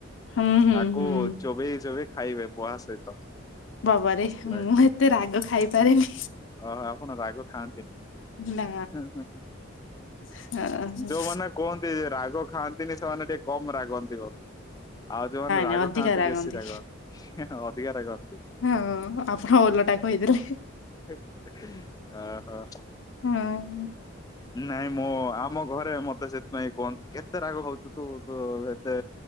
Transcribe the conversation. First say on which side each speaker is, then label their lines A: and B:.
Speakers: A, on the left (about 70°); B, on the left (about 20°).
A: ହୁଁ ହୁଁ
B: ତାକୁ
A: ହୁଁ
B: ଚୋବେଇ ଚୋବେଇ ଖାଇବେ ପହା ସହିତ।
A: ବାବାରେ
B: ମସ୍ତ ଲାଗେ।
A: ମୁଁ ଏତେ ରାଗ ଖାଇପାରେନି।
B: ଓହୋ ଆପଣ ରାଗ ଖାଆନ୍ତିନି।
A: ନା ନାଇଁ
B: ଯୋଉମାନେ କୁହନ୍ତି ରାଗ ଖାଆନ୍ତିନି ସେମାନେ ଟିକେ କମ ରାଗନ୍ତି ବୋଧେ। ଆଉ ଯୋଉମାନେ ରାଗ
A: ନାଇଁ ଅଧିକା
B: ଖାଆନ୍ତି
A: ରାଗନ୍ତି
B: ବେଶୀ ରାଗନ୍ତି ଅଧିକା ରାଗନ୍ତି।
A: ହଁ ଆପଣ ଓଲଟା କହିଦେଲେ।
B: ହେ ଓହୋ।
A: ହଁ।
B: ନାଇଁ ମୋ ଆମ ଘରେ ମତେ ସେଥିପାଇଁ କୁହନ୍ତୁ କେତେ ରାଗ ହଉଛୁ ତୁ ତୋ ସେ ଏତେ